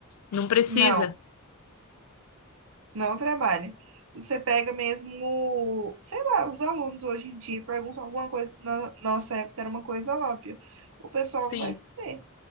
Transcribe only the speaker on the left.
Não precisa.
Sim.